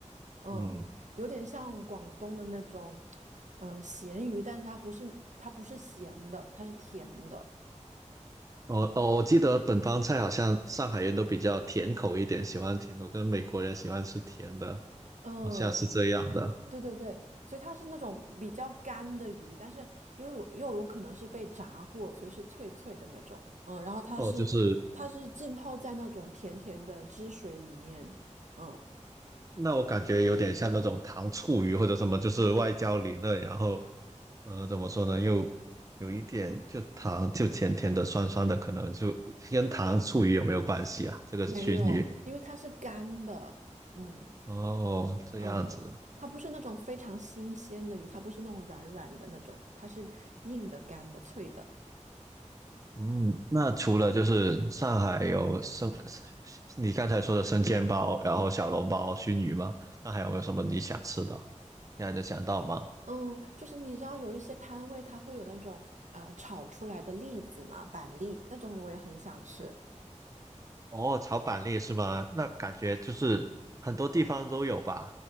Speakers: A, on the right (about 70°); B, on the right (about 25°).
A: 嗯，
B: 嗯。
A: 有点像广东的那种，嗯，咸鱼，但是它不是它不是咸的，它是甜的，
B: 哦哦，我记得本帮菜好像上海人都比较甜口一点，喜欢甜口，跟美国人喜欢吃甜的，
A: 嗯，
B: 好像是这样的。
A: 对对对，所以它是那种比较干的鱼，但是又有又有可能是被炸过，所以是脆脆的那种。嗯，然后它是它是浸泡在那种甜甜的汁水里面。
B: 哦，就是
A: 嗯，
B: 那我感觉有点像那种糖醋鱼或者什么，就是外焦里嫩，然后呃怎么说呢，又有一点就糖就甜甜的、酸酸的，可能就跟糖醋鱼有没有关系啊？这个熏鱼
A: 没有，因为它是干的。嗯
B: 哦，这样子。
A: 嗯，它不是那种非常新鲜的鱼，它不是那种软软的那种，它是硬的、干的、脆的。
B: 嗯，那除了就是上海有生，你刚才说的生煎包，然后小笼包、熏鱼吗？那还有没有什么你想吃的？你还能想到吗？
A: 嗯，就是你知道有一些摊位它会有那种呃炒出来的栗子嘛，板栗那种我也很想吃。
B: 哦，炒板栗是吗？那感觉就是很多地方都有吧，